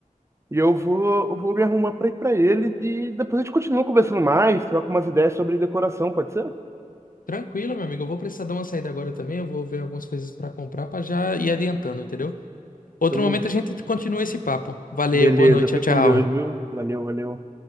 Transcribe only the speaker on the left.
Tranquilo, meu amigo, eu vou precisar dar uma saída agora também, eu vou ver algumas coisas pra comprar pra já ir adiantando, entendeu? Outro
momento a gente continua esse papo. Valeu,
boa noite,
tchau,
tchau.